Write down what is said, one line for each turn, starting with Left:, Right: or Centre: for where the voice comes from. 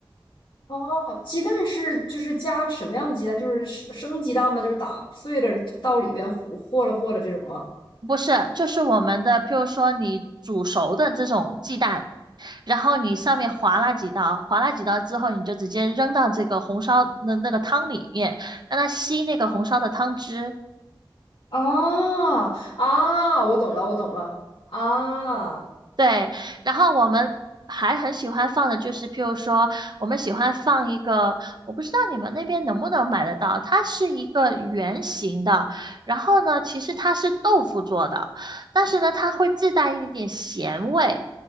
Left: 哦，鸡蛋是就是加什么样的鸡蛋？就是生生鸡蛋吗？就是打碎了到里边和和了和了这种吗？
Right: 不是，就是我们的，譬如说你煮熟的这种鸡蛋，然后你上面划拉几刀，划拉几刀之后，你就直接扔到这个红烧的那个汤里面，让它吸那个红烧的汤汁，
Left: 啊啊，我懂了，我懂了啊，
Right: 对，然后我们还很喜欢放的就是，譬如说，我们喜欢放一个，我不知道你们那边能不能买得到，它是一个圆形的，然后呢，其实它是豆腐做的，但是呢，它会自带一点咸味，